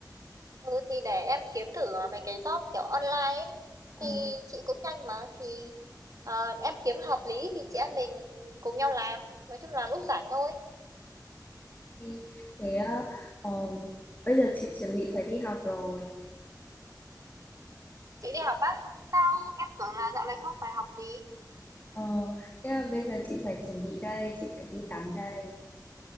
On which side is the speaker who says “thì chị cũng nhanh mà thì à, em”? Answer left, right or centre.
Right